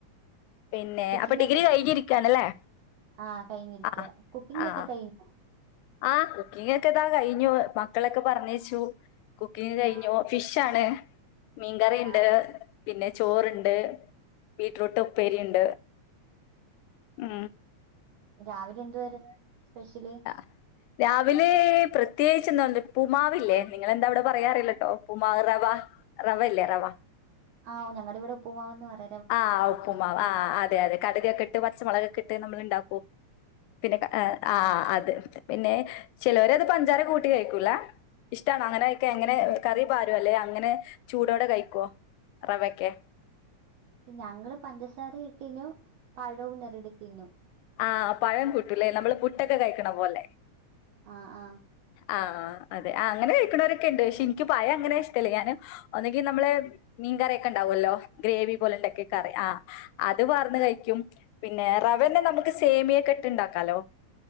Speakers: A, on the left (about 85°); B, on the right (about 65°).
A: പിന്നെ
B: കുക്കിംഗ്
A: അപ്പൊ ഡിഗ്രി
B: ഒക്കെ
A: കഴിഞ്ഞിരിക്കണല്ലേ
B: ആഹ് കഴിഞ്ഞിരിക്ക
A: ആഹ്
B: കുക്കിംഗ്
A: ആഹ്
B: ഒക്കെ കഴിഞ്ഞു
A: ആഹ് കുക്കിങ്ങൊക്കെ ഇതാ കഴിഞ്ഞു മക്കളയൊക്കെ പറഞ്ഞയച്ചു കുക്കിങ് കഴിഞ്ഞു
B: ആഹ്
A: ഫിഷാണ് മീൻകറിയുണ്ട്
B: ആഹ്
A: പിന്നെ ചോറ്ണ്ട് ബീറ്റ്റൂട്ട് ഉപ്പേരി ഉണ്ട് ഉം
B: രാവിലെ എന്തുവായിരുന്ന് സ്പെഷ്യല്
A: അഹ് രാവിലെ പ്രത്യേകിച്ച് എന്താ ഉപ്പ്മാവില്ലേ നിങ്ങെളെന്താവിടെ പറയാ അറിയില്ലട്ടോ ഉപ്പ്മാവ് റവാ റവ ഇല്ലേ റവ
B: ആഹ് ഞങ്ങടെ ഇവിടെ ഉപ്പുമാവെന്ന് പറ
A: ആഹ് ഉപ്പുമാവ് ആഹ് അതെ അതെ കടുകൊക്കെ ഇട്ട് പച്ചമൊളകൊക്കെ ഇട്ട് നമ്മള് ഇണ്ടാക്കും പിന്നെ അഹ് ആഹ് അത് പിന്നെ ചെലവരത് പഞ്ചാര കൂട്ടി കഴിക്കൂലേ ഇഷ്ടാണോ അങ്ങനെയൊക്കെ എങ്ങനെ കറി പാരു അല്ലെ അങ്ങനെ ചൂടോടെ കഴിക്കോ റവയൊക്കെ
B: ഞങ്ങള് പഞ്ചസാര ഇട്ടീലും പഴവും ഞെരടി തിന്നും
A: ആഹ് പഴം കൂട്ടൂല്ലേ നമ്മള് പുട്ടൊക്കെ കഴിക്കണ പോലേ
B: ആഹ് ആഹ്
A: ആഹ് അതെ ആഹ് അങ്ങനെ കഴിക്കണവരൊക്കെ ഇണ്ട് പക്ഷെ എനിക്ക് പഴം അങ്ങനെ ഇഷ്ടല്ല ഞാന് ഒന്നെങ്കി നമ്മളെ മീൻ കറിയൊക്കെ ഉണ്ടാവുവല്ലോ ഗ്രേവി പോലുണ്ടാക്കിയ കറി ആഹ് അത് വാർന്ന് കഴിക്കും പിന്നെ റവേന്റെ നമു ക്ക് സേമിയേക്ക ഇട്ട് ഉണ്ടാക്കാലോ